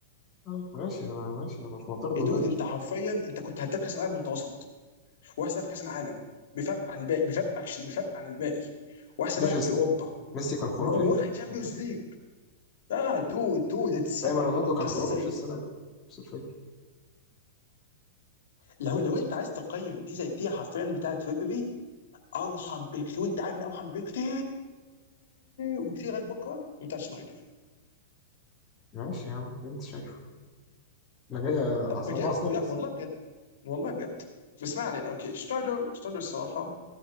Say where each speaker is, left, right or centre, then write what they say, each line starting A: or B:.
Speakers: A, on the left; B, on the left.
A: آه، ماشي انا ماشي انا في معترض
B: الدود
A: والله
B: انت حرفيا انت كنت هداف كاس العالم وانت وسط واحسن لاعب في كاس العالم بفرق عن الباقي بفرق أكش- بفرق عن الباقي واحسن
A: ماشي
B: لاعب
A: بس
B: في اوروبا
A: ميسي كان خرافي
B: وواخد
A: في السنة دي
B: شامبيونز
A: عامة
B: ليج اه دود دود اتسرق
A: دايما رونالدو
B: يا دود
A: كان
B: جاست
A: خرافي
B: سي
A: في السنة
B: ات.
A: دي نفس الفكرة
B: لو لو انت عايز تقيم دي زي دي حرفيا بتاعت فيبري ارحم بكتير وانت عارف ان ارحم بكتير وكتير لغايه بكره بتاع شنايدر
A: ماشي يا عم اللي انت شايفه انا جاي
B: لا
A: أعص-
B: بجد
A: انا بعصبك
B: لا والله بجد والله بجد بس ما علينا اوكي شنايدر شنايدر الصراحه